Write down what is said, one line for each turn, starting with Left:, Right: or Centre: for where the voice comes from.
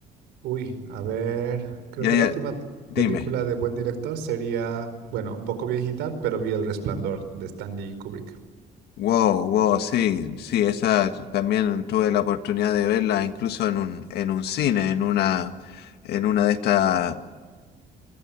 Right: Uy, a ver, creo
Left: Ya,
Right: que
Left: ya,
Right: la última
Left: dime.
Right: película de buen director sería, bueno, un poco viejita, pero vi El Resplandor de Stanley Kubrick.
Left: Wow, wow, sí, sí, esa t- también tuve la oportunidad de verla incluso en un, en un cine, en una, en una de estas